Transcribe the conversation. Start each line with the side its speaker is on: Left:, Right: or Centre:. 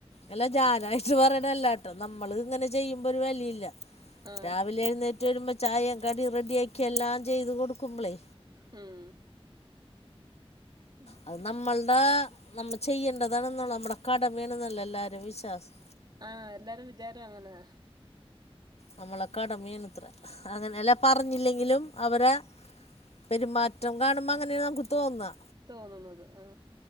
Left: അല്ല ജാനായിട്ട് പറയണല്ലട്ടോ നമ്മള് ഇങ്ങനെ ചെയ്യുമ്പോ ഒരു വിലയില്ല
Right: ആ
Left: രാവിലെ എഴുന്നേറ്റ്. റ്റ വരുമ്പോൾ ചായയും കടി റെഡിയാക്കിയ എല്ലാം ചെയ്ത് കൊടുക്കുമ്പളേ.
Right: ഉം. ഉം.
Left: അത് നമ്മളുടെ നമ്മ ചെയ്യേണ്ടതാണെന്ന നമ്മുടെ കട വീണ എന്നല്ലോ എല്ലാരും വിശ്വാസം.
Right: ആഹ് എല്ലാരും വിചാരം അങ്ങനെ.
Left: നമ്മള കടമയാണെന്ന് അതിന നല്ല. പറഞ്ഞില്ലെങ്കിലും അവരെ പെരുമാറ്റം കാണുമ്പോൾ അങ്ങനെയാണ് നമുക്ക് തോന്നുക.
Right: തോന്നുന്നത് ആ.